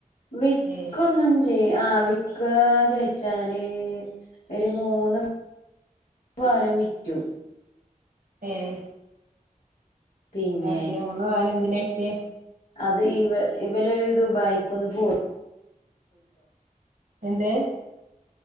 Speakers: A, on the left (about 75°); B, on the right (about 70°).
A: വിക്കന്ന
B: ഏഹ്
A: ആഹ് വിക്കന്ന് ചോദിച്ചാല് ഒരു മൂന്ന് പവാനം വിറ്റു
B: ഏയ്
A: പിന്നെ
B: എന്ത്യ <unintelligible> വിറ്റെ
A: അത് ഇവ ഇവലൊ ഒരു ദുബായിക്ക്ന്ന് പോയി
B: എന്ത്